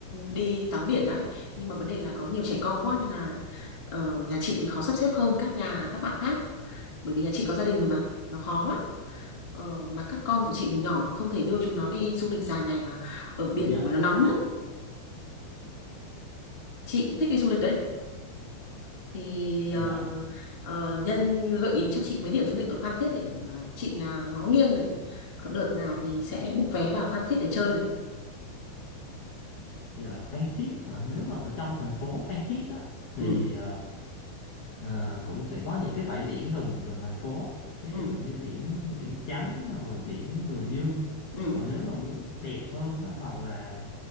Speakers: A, on the left; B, on the left.
A: đi tắm biển lắm nhưng mà vấn đề là có nhiều trẻ con quá nên là ờ, nhà chị thì khó sắp xếp hơn các nhà các bạn khác bởi vì nhà chị có gia đình rồi mà nó khó lắm Ờ, mà các con của chị thì nhỏ cũng không thể đưa chúng nó đi du lịch dài ngày mà ở biển
B: dạ
A: thì nó nóng lắm chị cũng thích đi du lịch đấy thì ờ,
B: dạ
A: ờ, nhân gợi ý cho chị mấy điểm du lịch ở Phan Thiết để ờ, chị à, ngó nghiêng để có đợt nào thì sẽ book vé vào Phan Thiết để chơi nào
B: dạ Phan Thiết hả nếu mà ở trong thành phố Phan Thiết á thì
A: ừ
B: ờ, Ờ, cũng sẽ có những cái bãi biển gần gần thành phố ví
A: ừ
B: dụ như biển biển Chánh hoặc là biển Đùi Dương
A: ừ
B: còn nếu mà muốn đẹp hơn á, hoặc là